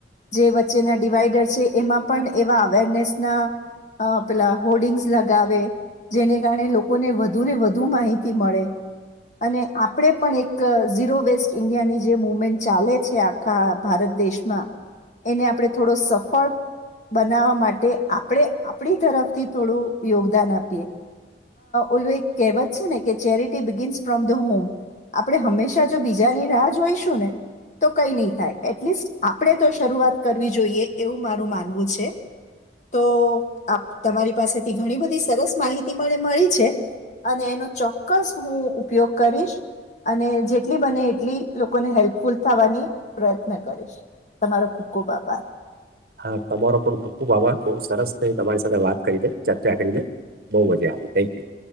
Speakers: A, on the left (about 40°); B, on the right (about 55°).
A: જે વચ્ચેના ડિવાઈડર છે એમાં પણ એવા અવેરનેસના અ પેલા હોર્ડિંગ્સ લગાવે જેને કારણે લોકોને વધુને વધુ માહિતી મળે અને આપણે પણ એક ઝીરો વેસ્ટ ઇન્ડિયાની જે મુવમેન્ટ ચાલે છે આખા ભારત દેશમાં એને આપણે થોડો સફળ બનાવવા માટે આપણે આપણી તરફથી થોડું યોગદાન આપીએ ઉલ્વે કહેવત છે ને કે charity begins from the home આપણે હંમેશા જો બીજાની રાહ જોઈશું ને તો કઈ નહી થાય એટલીસ્ટ આપણે તો શરૂઆત કરવી જોઈએ એવું મારું માનવું છે. તો આપ તમારી પાસેથી ઘણી બધી સરસ માહિતીને મળી છે અને એનો ચોક્કસ હું ઉપયોગ કરીશ અને જેટલી બને એટલી લોકોને હેલ્પફુલ થવાની પ્રયત્ન કરીશ તમારો ખૂબ ખૂબ આભાર.
B: હા તમારો પણ ખૂબ ખૂબ આભાર બહુ સરસ થઈ તમારી સાથે વાત કરીને ચર્ચા કરીને બહુ મજા આવી થેન્ક યુ.